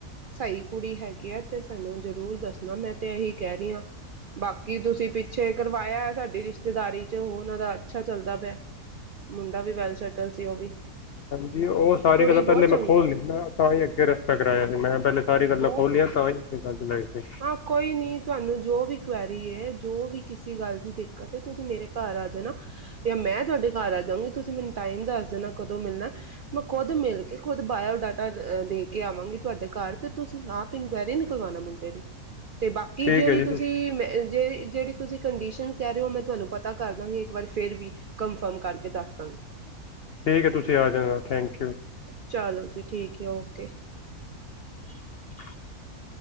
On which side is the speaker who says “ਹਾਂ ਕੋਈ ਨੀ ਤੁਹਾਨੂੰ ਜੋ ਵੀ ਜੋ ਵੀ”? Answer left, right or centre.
Right